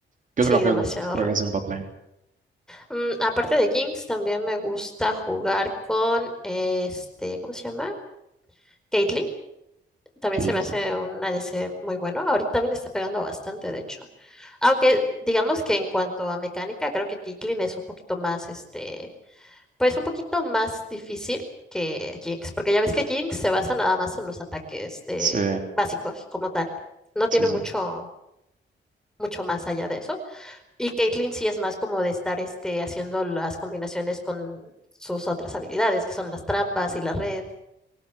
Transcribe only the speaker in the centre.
sí,
demasiado
roto.
Mm, aparte de Jinx, también me gusta jugar con este, ¿cómo se llama? Caitlyn. También
se me
hace un ADC muy bueno. Ahorita también está pegando bastante, de hecho. Aunque digamos que en cuanto a mecánica, creo que Caitlyn es un poquito más este Pues un poquito más difícil que Jinx, porque ya ves que Jinx se basa nada más en los ataques eh,
básicos como tal. No
tiene
mucho, mucho más allá de eso. Y Caitlyn sí es más como de estar este, haciendo las combinaciones con sus otras habilidades, que son las trampas y la red.